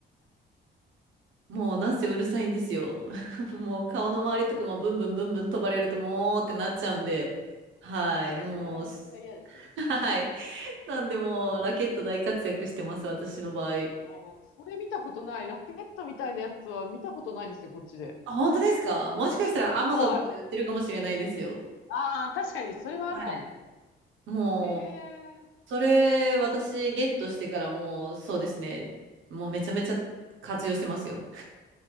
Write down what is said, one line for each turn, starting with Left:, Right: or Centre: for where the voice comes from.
Right: もうなんせうるさいんですよ。<laughs> もう顔の周りとかもブンブンブンブン飛ばれるともうってなっちゃうんで、
Left: あ
Right: はい。
Left: あ確かに。
Right: もう、
Left: それはめっちゃ嫌ですね。
Right: はい。なんでもうラケット大活躍してます、私の場合。
Left: あーそれ見たことない。ラケットみたいなやつは見たことないですね、こっちで。
Right: あ、本当ですかもしかしたら Amazon
Left: はい。
Right: とかで売ってるかもしれないですよ。
Left: ああ、確かに、それはあるかも。
Right: はい。もう、
Left: へえ、
Right: それ、私、ゲットしてからもう、そうですね。もうめちゃめちゃ活用してますよ。